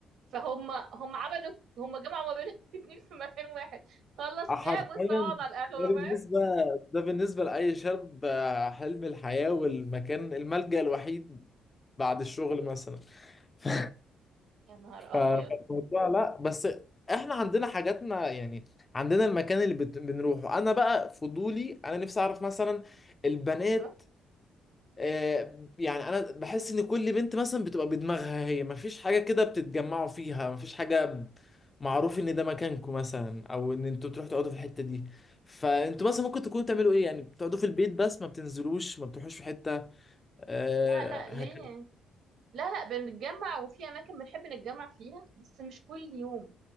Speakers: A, on the right; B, on the left.
A: فهم هم عملوا هم جمعوا ما بين <laughs> الاتنين في مكان واحد خلص
B: فحرفيا
A: لعب ويطلع اقعد على القهوة
B: ده بالنسبة
A: فاهم
B: ده بالنسبة لأي شاب آه، حلم الحياة والمكان الملجأ الوحيد بعد الشغل مثلا <laughs> ف...
A: يا نهار
B: ف-
A: ابيض
B: فالموضوع لا بس احنا عندنا حاجاتنا يعني عندنا المكان اللي بت... بنروحه انا بقى فضولي انا نفسي اعرف مثلا البنات
A: ايوه
B: آه، يعني انا بحس ان كل بنت مثلا بتبقى بدماغها هي مفيش حاجه كده بتتجمعوا فيها مفيش حاجه معروف ان ده مكانكم مثلا او ان انتوا بتروحوا تقعدوا في الحته دي فانتوا مثلا ممكن تكونوا بتعملوا ايه يعني بتقعدوا في البيت بس ما بتنزلوش ما بتروحوش في حته آه
A: لا لا ليه
B: هكذا
A: لا لا بنتجمع وفي اماكن بنحب نتجمع فيها بس مش كل يوم